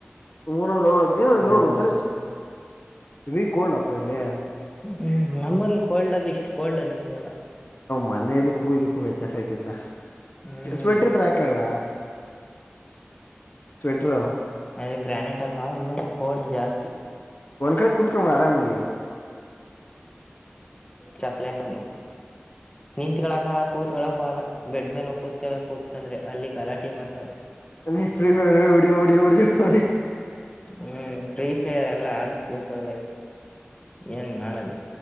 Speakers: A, on the left; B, on the left.
A: ಹೂ ನಾಲೋ <unintelligible>
B: ಯದಾರ
A: ಯಾವಿ ಕೋಲ್ಡ್ ಅಪ್ಪ ಇಲ್ಲಿ.
B: ಹ್ಮ್ ನಮ್ಮಲ್ಲಿ ಕೋಲ್ಡ್ ಅದು ಇಷ್ಟು ಕೋಲ್ಡ್ ಅನ್ನ್ಸಾದಿಲ್ಲಪ್ಪ.
A: ಮನೆದಕ್ಕೂ ಇದಕ್ಕೂ ವ್ಯತ್ಯಾಸ ಆಐತಿತ್ಲ
B: ಹ್ಮ್
A: ಸ್ವೆಟ್ರಿಡ್ರೆ ಇದ್ರೆ ಹಕ್ಯಾಲ ಸ್ವೆಟರು
B: ಅದೇ ಗ್ರಾನೇಟ್ ಅಲ್ವಾ ಇನ್ನು ಕೋಲ್ಡ್ ಜಾಸ್ತಿ.
A: ಒನ್ಖಡೆ ಕುೂತ್ಕ ಆರಾಮಾಗಿ
B: ಚಕ್ಲಾ ನಾನು. ನಿಂತ್ಕಳಕ್ಕೂ ಆಗಲ್ಲ ಕೂತ್ಗಳಕಗಲ್ಲ ಬೇಡ್ಮೇಲೆ ಹೋಗಿ ಕೂತಾಗ ಬೇಕೆಂದ್ರೆ ಕೂತ್ಕಂದ್ರೆ ಅಲ್ಲಿ ಗಲಾಟೆ ಮಾಡ್ತಾರೆ
A: ಅ ಫ್ರೀ ಫೈರ್ ಹೊಡಿಯೋ ಓಡೋ ಹೊಡಿಯೋ ಹೊಡೋ.
B: ಹ್ಮ್ ಫ್ರೀಫ ಎಲ್ಲ ಆಡ ಕೂತವೆ ಏನ್ ಮಾಡದು.